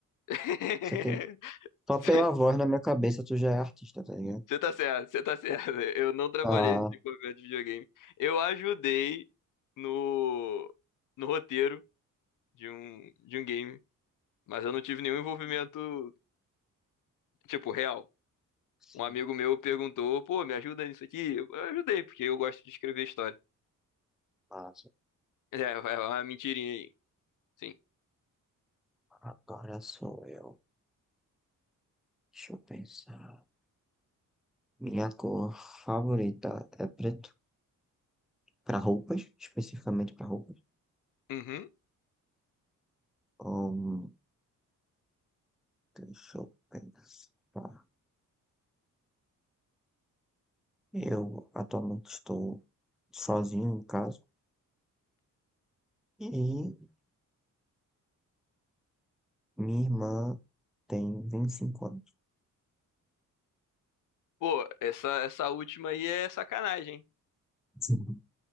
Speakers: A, on the left; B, in the centre.
A: <laughs>
B: Você tem... Só
A: Você
B: pela voz na minha cabeça tu já é artista, tá ligado?
A: você tá certo, você tá certo. Eu não trabalhei
B: Ah,
A: no desenvolvimento de videogame. Eu ajudei no, no roteiro de um, de um game, mas eu não tive nenhum envolvimento, tipo, real.
B: sim,
A: Um amigo meu perguntou, pô, me ajuda nisso aqui? Eu eu ajudei, porque eu gosto de escrever história. <laughs>
B: passa.
A: É, é uma mentirinha aí. Sim.
B: Agora sou eu. Deixa eu pensar. Minha cor favorita é preto. Para roupas, especificamente para roupas.
A: Uhum.
B: Hum, deixa eu pensar. Eu atualmente estou sozinho em casa e minha irmã tem 25 anos.
A: Pô, essa, essa última aí é sacanagem. hein?
B: Sim.